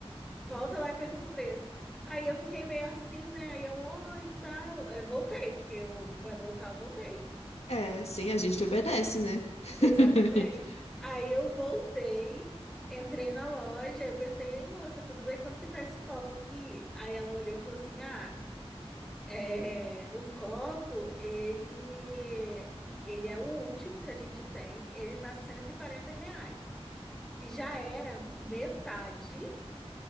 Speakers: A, in the centre; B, on the left.
A: Volta lá e pergunta o preço. Aí eu fiquei meio assim, né? Aí eu, oi, e tal. Aí Eu voltei, porque eu ouvi para voltar, eu voltei.
B: É, sim, a gente obedece, né? <laughs>
A: Exatamente. Aí eu voltei, entrei na loja, eu perguntei, Ei, moça, tudo bem? Quanto que tá esse copo aqui? Aí ela olhou e falou assim: Ah, é, o copo, ele, ele é o último que a gente tem, ele tá 140 reais, que já era metade